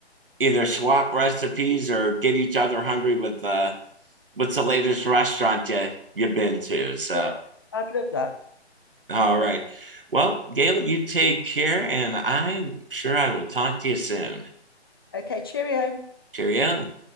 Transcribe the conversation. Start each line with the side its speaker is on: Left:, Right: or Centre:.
Right: either swap recipes or get each other hungry with uh what's the latest restaurant you you've been to. So
Left: Yeah, I'd love that.
Right: All right. Well, Gail, you take care, and I'm sure I will talk to you soon.
Left: Okay, cheerio.
Right: Cheerio.